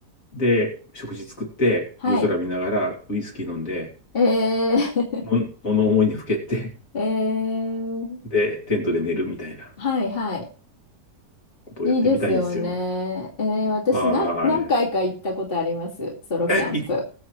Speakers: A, on the left; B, on the left.
A: で、食事作って、
B: はい。
A: 夜空見ながらウイスキー飲んで、
B: えー、
A: も、物思いにふけって、
B: <laughs> えー、
A: で、テントで寝るみたいな
B: はいはい。
A: ことをやってみたいんですよ。
B: いいですよね。えー、私な、
A: はーい。
B: 何回か行ったことあります。ソロキャンプ。
A: え、い